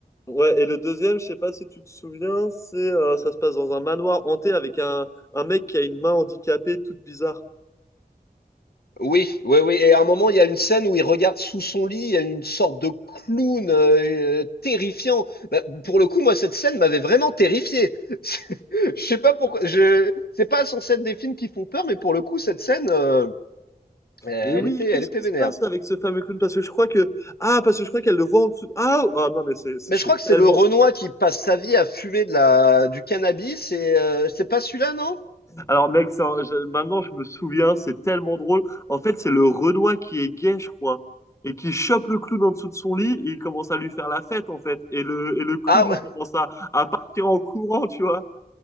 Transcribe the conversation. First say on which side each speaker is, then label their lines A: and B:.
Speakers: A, on the left; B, on the left.
A: ouais, et le deuxième, je sais pas si tu te souviens, c'est euh, ça se passe dans un manoir hanté avec un, un mec qui a une main handicapée toute bizarre.
B: oui, oui, oui. Et à un moment, il y a une scène où il regarde sous son lit, il y a une sorte de clown euh, euh, terrifiant. Bah, pour le coup, moi, cette scène m'avait vraiment terrifié. <laughs> C'est- Je sais pas pourquoi. Je, c'est pas sans scène des films qui font peur, mais pour le coup, cette scène, euh, elle
A: Mais oui,
B: était,
A: qu'est-ce
B: elle était
A: qui
B: vénère.
A: se passe avec ce fameux clown? Parce que je crois que. Ah, parce que je crois qu'elle le voit en dessous. Ah, oh, ah, non, mais c'est c'est-
B: Mais
A: c'est
B: je crois que
A: tellement.
B: c'est le Renoir qui passe sa vie à fumer de la, du cannabis. Et euh, c'est pas celui-là, non?
A: Alors, mec, c'est un- je- maintenant je me souviens, c'est tellement drôle. En fait, c'est le Renoir qui est gay, je crois, et qui chope le clown en dessous de son lit et il commence à lui faire la fête, en fait. Et le, et le clown,
B: Ah
A: il
B: ouais.
A: commence à, à partir en courant, tu vois.